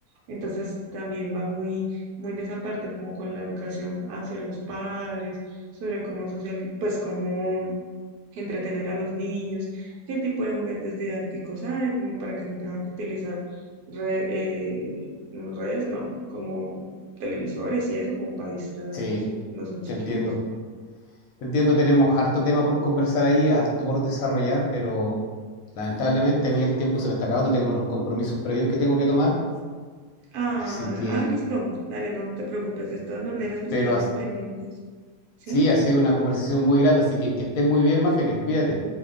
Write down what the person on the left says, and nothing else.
Sí,
te entiendo. Te entiendo, tenemos harto tema por conversar ahí, harto por desarrollar, pero lamentablemente a mí el tiempo se me está acabando, tengo unos compromisos previos que tengo que tomar,
así que,
pero
as-
sí, ha sido una conversación muy grata, así que que estés muy bien, Mafe, que cuídate.